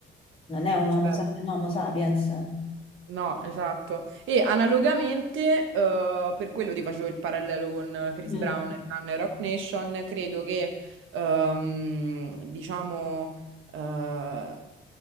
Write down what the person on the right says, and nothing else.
Certo.
No, esatto. E analogamente, eh, per quello ti facevo il parallelo con Chris
Brown e Nan e Rock Nation, credo che, ehm, diciamo, eh,